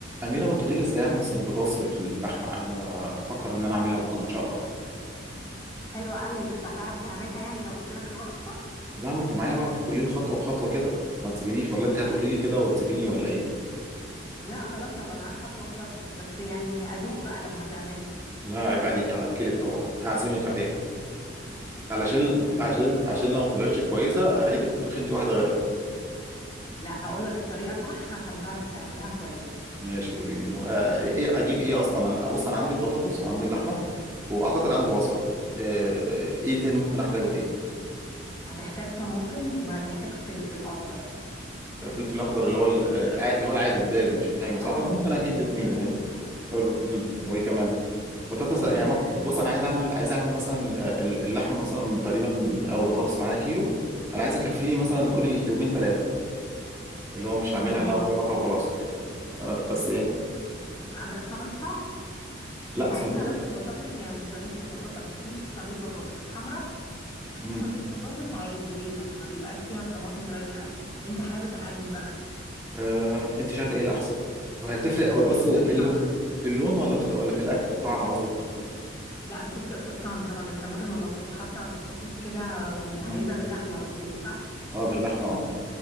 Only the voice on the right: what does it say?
اميره ما تقولي لي ازاي اعمل صينيه بطاطس باللحمه عايزه بفكر ان انا اعملها بكره ان شاء الله
لا ما انت معايا بقى تقولي لي خطوه بخطوه كده ما تسيبينيش ولا انت هتقولي لي كده وتسيبيني ولا ايه
لا عيب عليك هاكلك طبعا هعزمك عليها علشان
عشان عشان لو ما طلعتش كويسه اخليكي تطبخي انت واحده غيرها
ماشي قولي لي آه ايه اجيب ايه اصلا انا بص انا عندي البطاطس وعندي اللحمه واعتقد عندي بصل آه ايه تاني ممكن احتاجه تاني
فلفل اخضر اللي هو ال- آه، اللي هو العادي البارد مش الحامي صح
ولا ممكن اجيب الاثنين
عادي
أر- مم. وايه كمان بطاطس
يعني مط- بص انا عايز اعمل عايز اعمل مثلا آه، اللحم مثلا تقريبا او البطاطس معايا كيلو انا عايز يكفيني مثلا قولي يومين ثلاثه اللي هو مش هعملها
لا
كل مره وخلاص آه، بس ايه
لا
أصل
انت
مهم.
آه، انت شايفه ايه الاحسن هو هتفرق هو
بس
في اللون في اللون ولا بتفرق ولا في الاكل في الطعم قصدك
مم.
اه باللحمه اه